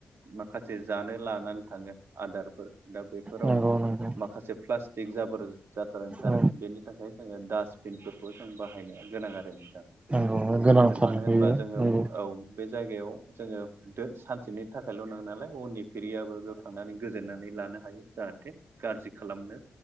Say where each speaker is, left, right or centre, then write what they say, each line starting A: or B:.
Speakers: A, on the right (about 70°); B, on the right (about 30°).
A: माखासे जानो लानानै थाङो आदारफोर दा बेफोराव
B: नंगौ नंगौ
A: माखासे प्लास्टिक जाबोर जाथार ओंखारो
B: औ
A: बेनि थाखाय जोङो डासटबिनफोर खौ जों बाहायनाया गोनां आरो मोजां।
B: नंगौ। गोनांथार
A: मानो होनबा
B: बेयो
A: जोङो
B: नंगौ
A: औ बे जायगायाव जोङो दो सानसेनि थाखायल' नङा नालाय उननि फिरियाबो थांनानै गोजोननानै लानो हायो जाहाथे गाज्रि खालामनो